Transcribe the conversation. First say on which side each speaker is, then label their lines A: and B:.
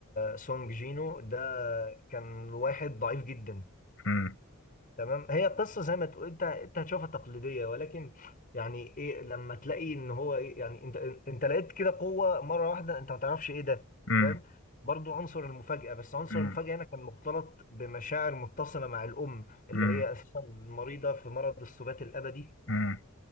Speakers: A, on the left; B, on the left.
A: سونج جينو ده كان واحد ضعيف جدا
B: امم
A: تمام هي قصه زي ما تقول انت انت هتشوفها تقليديه ولكن يعني ايه لما تلاقي ان هو ايه يعني انت انت لقيت كده قوه مره واحده انت ما تعرفش ايه ده انت
B: امم
A: فاهم برضو عنصر المفاجاه بس عنصر
B: امم
A: المفاجاه هنا كان مختلط بمشاعر متصله مع الام اللي
B: امم
A: هي اساسا مريضه في مرض السبات الابدي
B: امم